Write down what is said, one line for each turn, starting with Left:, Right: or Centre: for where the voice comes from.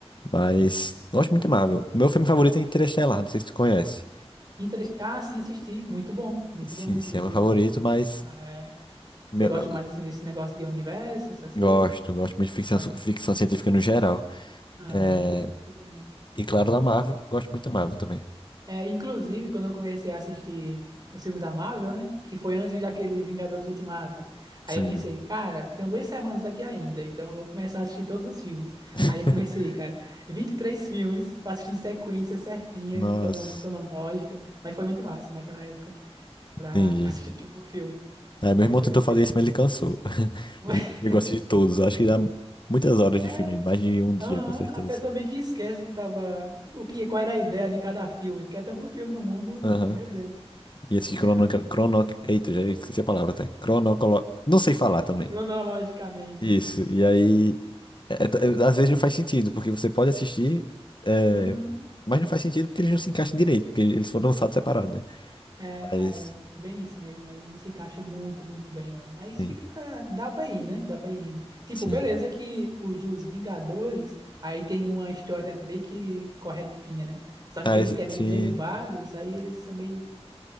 Left: mas gosto muito da Marvel. Meu filme favorito é Interestelar. Não sei se tu conhece.
Right: Interes- Ah, sim, assisti. Muito bom, muito
Left: Sim,
Right: bom, inclusive.
Left: sim, é meu favorito, mas
Right: Ah, é.
Left: meu-
Right: Você gosta mais assim desse negócio de universo, essas
Left: gosto,
Right: coisas?
Left: gosto muito de ficção,
Right: Gosta?
Left: ficção científica no geral.
Right: Ah,
Left: É,
Right: é. muito bom.
Left: e claro, da Marvel. Gosto muito da Marvel também.
Right: É, inclusive, quando eu comecei a assistir os filmes da Marvel, né? Que foi antes daquele Vingadores Ultimato. Aí
Left: Sim.
Right: eu pensei, cara, eu tenho duas semanas aqui ainda, então eu vou começar a assistir todos os filmes.
Left: <laughs>
Right: Aí eu comecei, cara, 23 filmes pra assistir em sequência certinha,
Left: Nossa,
Right: crono- cronológica. Mas foi muito massa naquela época pra,
Left: entendi.
Right: <laughs> pra assistir o último filme.
Left: Aí meu
Right: É,
Left: irmão
Right: foi
Left: tentou
Right: doideira.
Left: fazer isso, mas ele cansou. <laughs>
Right: <laughs>
Left: Ele chegou a assistir todos. Acho que dá muitas horas de
Right: É,
Left: filme ainda, mais de um dia,
Right: aham,
Left: com certeza.
Right: a pessoa meio que esquece que tava. O que, qual era a ideia de cada filme, porque é tanto filme no mundo
Left: Aham.
Right: que, meu Deus,
Left: E esse
Right: é,
Left: crono... crono... Eita, já esqueci a palavra até. Cronocolo... Não sei falar também.
Right: cronologicamente.
Left: Isso. E aí, é- é- é, às vezes não faz sentido, porque você pode assistir, é,
Right: Uhum.
Left: mas não faz sentido porque eles não se encaixam direito, porque eles foram lançados separados, né?
Right: É,
Left: Mas,
Right: é bem isso mesmo aí. Não se encaixa muito, muito bem, não. Mas
Left: sim,
Right: fica. Dá pra ir, né? Dá pra ir indo. Tipo,
Left: sim.
Right: beleza que os dos Vingadores aí tem uma história meio que corretinha, né? Só que aqueles
Left: Ah, esse,
Right: que é meio
Left: sim.
Right: que derivados, aí eles são meio,